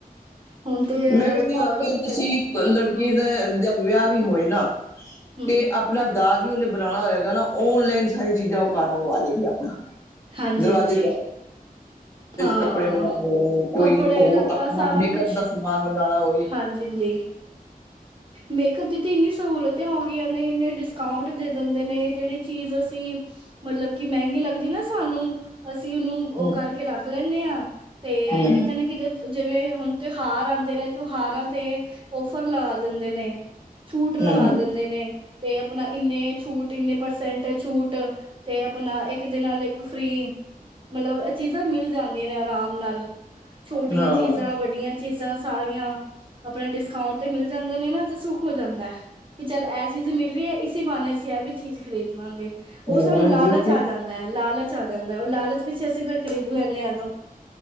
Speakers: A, on the right; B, on the left.
A: ਹੁਣ ਤੇ
B: ਮੈਂ ਕਹਿੰਦੀ
A: ਅ
B: ਹਾਂ ਅੱਜ ਕੱਲ ਤੁਸੀਂ
A: ਫਿਰ
B: ਲੜਕੀ
A: ਹਮ
B: ਦਾ, ਵਿਆਹ ਵੀ ਹੋਏ ਨਾ ਤੇ
A: ਹਮ
B: ਆਪਾ ਆਪਣਾ ਦਾਜ ਵੀ ਉਹਨੇ ਬਣਾਉਣਾ ਹੋਇਆ ਗਾ ਨਾ, ਔਨਲਾਈਨ ਸਾਰੀ ਚੀਜ਼ਾਂ ਉਹ ਘਰ ਮੰਗਵਾ ਲਏਗੀ ਆਪਣਾ।
A: ਹਾਂਜੀ
B: ਦਰਵਾਜੇ
A: ਹਾਂਜੀ ਹਾਂ
B: ਕੱਪੜੇ ਮੰਗਵਾਉਣੇ, ਕੋਈ
A: ਕੱਪੜੇ
B: ਹੋਰ
A: ਲੱਤਾ
B: ਆਪਣਾ
A: ਸਾਰਾ
B: ਮੇਕਅਪ
A: ਕੁਛ
B: ਦਾ, ਸਮਾਨ ਮੰਗਵਾਨਾ ਹੋਵੇ
A: ਹਾਂਜੀ, ਹਾਂਜੀ। ਮੇਕਅਪ ਦੀ ਤਾਂ ਇੰਨੀ ਸਹੂਲਤਾਂ ਹੋ ਗਈ ਆਂ ਨੇ ਇੰਨੇ ਡਿਸਕਾਊਂਟ ਦੇ ਦਿੰਦੇ ਨੇ ਜਿਹੜੀ ਚੀਜ਼ ਅਸੀਂ ਮਤਲਬ ਕਿ ਮਹਿੰਗੀ ਲੱਗਦੀ ਨਾ ਸਾਨੂੰ, ਅਸੀਂ ਉਹਨੂੰ ਉਹ
B: ਹਮ
A: ਕਰਕੇ ਰੱਖ ਲੈਂਦੇ ਆ, ਤੇ
B: ਹਮ
A: ਕਿਤੇ ਨਾ ਕਿਤੇ ਜਿਵੇਂ ਹੁਣ ਤਿਉਹਾਰ ਆਉਂਦੇ ਨੇ, ਤਿਉਹਾਰਾਂ ਤੇ ਓਫਰ ਦਿੰਦੇ ਨੇ ਛੂਟ ਲਗਾ
B: ਹਮ
A: ਦਿੰਦੇ ਨੇ। ਤੇ ਆਪਣਾ ਇੰਨੇ ਛੂਟ, ਇੰਨੇ ਪਰਸੈਂਟ ਛੂਟ। ਤੇ ਆਪਣਾ ਇੱਕ ਦੇ ਨਾਲ ਇੱਕ ਫ੍ਰਰੀ, ਮਤਲਬ ਇਹ ਚੀਜ਼ਾਂ ਮਿਲ ਜਾਂਦੀਆਂ ਨੇ ਆਰਾਮ ਨਾਲ। ਛੋਟੀਆਂ
B: ਹਾਂ
A: ਚੀਜ਼ਾਂ, ਵੱਡੀਆਂ ਚੀਜ਼ਾਂ ਸਾਰੀਆਂ ਆਪਣਾ ਡਿਸਕਾਊਂਟ ਤੇ ਮਿਲ ਜਾਂਦੇ ਨੇ ਨਾ ਤੇ ਸੁੱਖ ਹੋ ਜਾਂਦਾ ਹੈ ਕਿ ਚੱਲ ਇਹ ਚੀਜ਼ ਮਿਲ ਰਹੀ ਹੈ। ਇਸ ਇਸੀ ਬਹਾਨੇ ਅਸੀਂ ਐ ਵੀ ਚੀਜ਼ ਖਰੀਦ ਲਾਂਗੇ,
B: ਹਾਂ
A: ਉਹ ਸਾਨੂੰ ਲਾਲਚ
B: ਬਿਲਕੁਲ
A: ਆ ਜਾਂਦਾ। ਲਾਲਚ ਆ ਜਾਂਦਾ, ਉਹ ਲਾਲਚ ਪਿੱਛੇ ਅਸੀਂ ਫਿਰ ਖਰੀਦ ਲੈਂਨੇ ਆ ਉਨੂੰ।